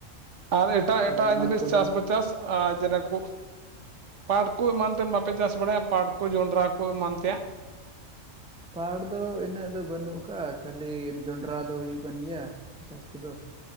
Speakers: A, on the right; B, in the centre.
A: ᱟᱨ ᱮᱴᱟᱜ
B: ᱟᱫᱚ
A: ᱮᱴᱟᱜ
B: ᱚᱱᱟ
A: ᱡᱤᱱᱤᱥ
B: ᱠᱚ
A: ᱪᱟᱥ
B: ᱫᱟᱢ
A: ᱵᱟ ᱪᱟᱥ ᱡᱮᱱᱚ ᱠᱚ ᱯᱟᱴ ᱠᱚ ᱮᱢᱟᱱ ᱛᱮᱱ ᱵᱟᱯᱮ ᱪᱟᱥ ᱵᱟᱲᱟᱭᱟ ᱯᱟᱴ ᱠᱚ ᱡᱚᱱᱰᱨᱟ ᱠᱚ ᱮᱢᱟᱱ ᱛᱮᱭᱟᱜ?
B: ᱯᱟᱴ ᱫᱚ ᱤᱱᱟᱹᱜ ᱫᱚ ᱵᱟᱹᱱᱩᱜ ᱟᱠᱟᱜ ᱠᱷᱟᱹᱞᱤ ᱡᱚᱸᱰᱨᱟ ᱫᱚ ᱦᱩᱭᱩᱜ ᱠᱟᱱ ᱜᱮᱭᱟ᱾ ᱪᱟᱥ ᱠᱚᱫᱚ